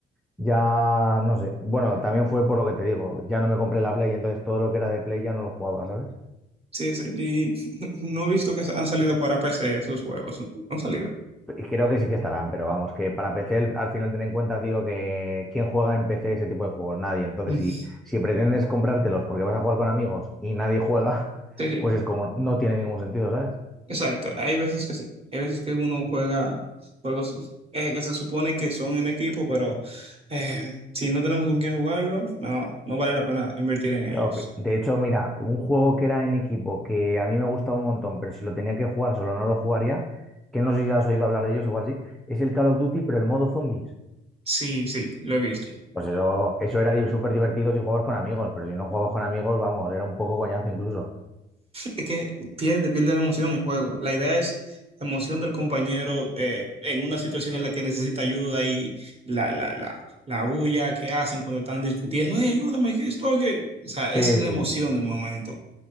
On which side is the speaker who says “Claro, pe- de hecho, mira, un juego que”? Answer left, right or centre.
Centre